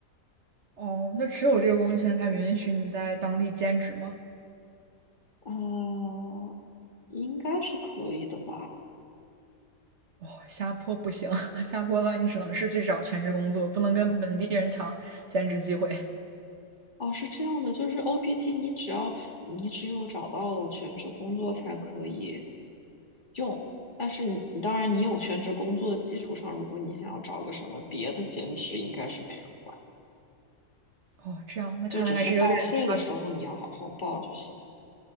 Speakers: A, on the right (about 55°); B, on the left (about 35°).
A: 哦，那持有这个工签，他允许你在当地兼职吗？
B: 啊、应该是可以的吧。
A: 哦，下坡不行，<laughs> 下坡的话你只能是去找全职工作，不能跟本地人抢兼职机会。
B: 哦，是这样的，就是 OPT，你只要你只有找到了全职工作才可以用，但是你当然你有全职工作的基础上，如果你想要找个什么别的兼职，应该是没人管，
A: 哦，这样，那看来还是有点差的
B: 就只是报税的时候你要好好报就行了。